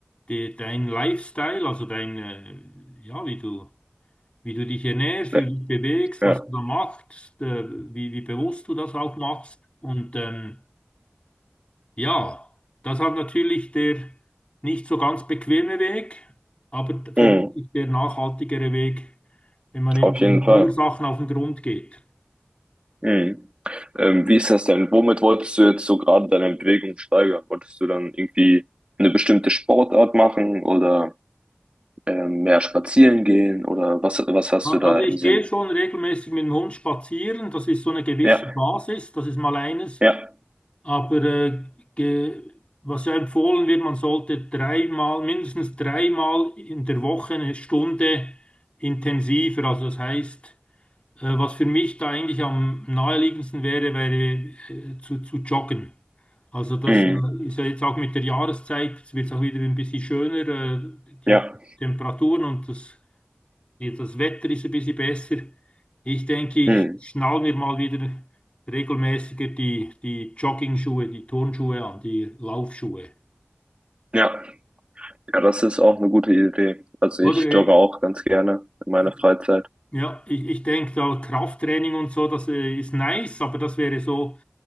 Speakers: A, on the left (about 30°); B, on the right (about 25°).
A: de, dein Lifestyle, also dein, äh, ja, wie du wie du dich ernährst,
B: Ne,
A: wie du dich bewegst,
B: Ja,
A: was du da machst, äh, wie, wie bewusst du das auch machst. Und ähm, ja, das hat natürlich der nicht so ganz bequeme Weg, aber vermutlich
B: mhm,
A: der nachhaltigere Weg, wenn man eben
B: auf
A: den
B: jeden Fall.
A: den Ursachen auf den Grund geht.
B: Mhm. Ähm, wie ist das denn? Womit wolltest du jetzt so gerade deine Bewegung steigern? Wolltest du dann irgendwie eine bestimmte Sportart machen oder ähm, mehr spazieren gehen oder was, was hast
A: A-
B: du da
A: Also ich
B: im Sinn?
A: gehe schon regelmäßig mit dem Hund spazieren, das ist so eine gewisse
B: Ja,
A: Basis, das ist mal eines.
B: ja,
A: Aber äh, ge, was ja empfohlen wird, man sollte dreimal, mindestens dreimal in der Woche eine Stunde intensiver. Also das heißt, äh, was für mich da eigentlich am naheliegendsten wäre, wäre äh, zu, zu joggen. Also das
B: mhm,
A: äh, ist ja jetzt auch mit der Jahreszeit, jetzt wird es auch wieder ein bisschen schöner, äh, die
B: ja,
A: Temperaturen und das Jetzt das Wetter ist ein bisschen besser. Ich denke, ich
B: mhm,
A: schnall mir mal wieder regelmäßiger die, die Jogging-Schuhe, die Turnschuhe an, die Laufschuhe.
B: ja. Ja, das ist auch eine gute Idee. Also
A: Oder
B: ich
A: äh,
B: jogge auch ganz gerne in meiner
A: ich-
B: Freizeit.
A: ja, ich, ich denke, da Krafttraining und so, das äh, ist nice, aber das wäre so